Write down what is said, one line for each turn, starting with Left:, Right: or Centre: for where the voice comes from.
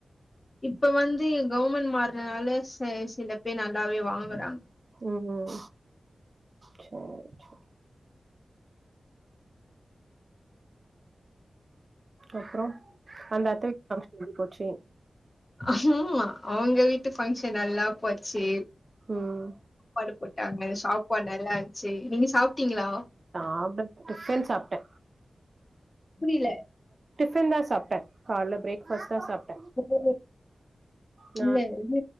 Left: இப்ப வந்து கவ்மெண்ட் மாறன்னால ச சில பேர் நல்லாவே வாங்குறாங்
Right: உம் சேரி சேரி அப்றோ அந்த அத்தைக்கு ஃபங்சன் <inaudible> எப்டிப் போச்சு
Left: ஆமா அவுங்க வீட்டுப் ஃபங்க்ஷன் நல்லா போச்சு
Right: ம்.
Left: சாப்பாடு போட்டாங்க சாப்பாடு நல்லாருன்ச்சு சேரி நீங்க சாப்ட்டீங்களா
Right: சாப்ட் <inaudible> டிஃப்பன் சாப்ட்டே
Left: புரில
Right: டிஃபன் தா சாப்டே கால்ல பிரேக் ஃபாஸ்ர்ட் தா சாப்
Left: ஓ,
Right: நா
Left: இல்ல இது